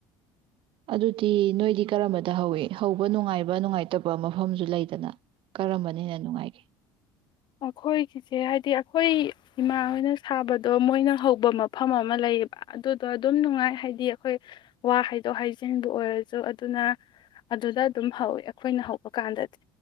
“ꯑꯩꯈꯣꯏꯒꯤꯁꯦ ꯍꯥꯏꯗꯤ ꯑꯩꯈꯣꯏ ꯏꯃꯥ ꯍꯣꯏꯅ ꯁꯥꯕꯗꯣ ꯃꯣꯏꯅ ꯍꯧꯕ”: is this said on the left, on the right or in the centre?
Left